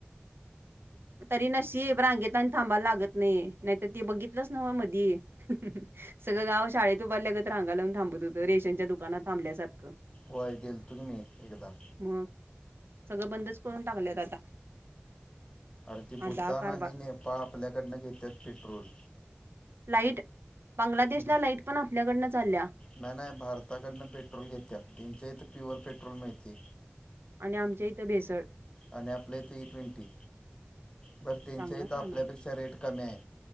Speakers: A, on the right; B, on the left.
A: तरी नशी रांगेत आणि थांबायला लागत नाही नाहीतर ती बघितलंच नव मधी. सगळं गाव शाळेत उभारल्या गं रांा लावून थांबत होतं रेशनच्या दुकानात थांबल्यासारं
B: वय गेल तुम् मही एकदा
A: मग सगळं बंदच करून टाकलेत आता
B: अर ती भूतान
A: आंधळा कारभार
B: आणि नेपाळ आपल्याकडनं घेतात पेट्रोल
A: लाईट बांगलादेशला
B: भा
A: लाईट पण आपल्याकडनं चालल्या
B: नाही नाही भारताकडनं पेट्रोल घेते तींच्या इथं प्युअर पेट्रोल मिळते
A: आणि आमच्या इथं भेसळ
B: आणि आपलं इथ ई ट्वेंटी बरं तीनच्याही
A: चांगलं
B: तरं
A: काम
B: आपल्यापेक्षा
A: आहे
B: रेट कमी आहे